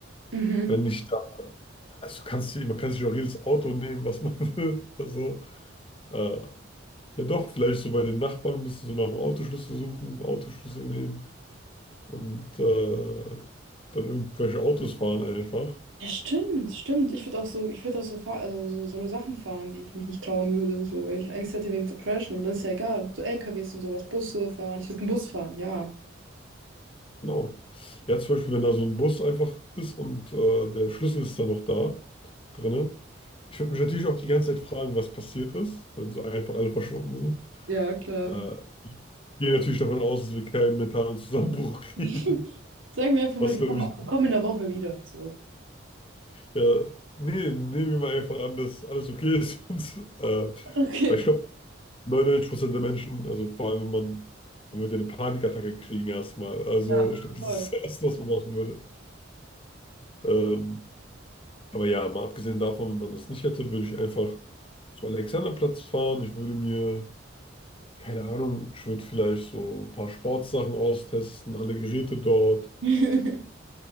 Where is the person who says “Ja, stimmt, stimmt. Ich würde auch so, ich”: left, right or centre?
Right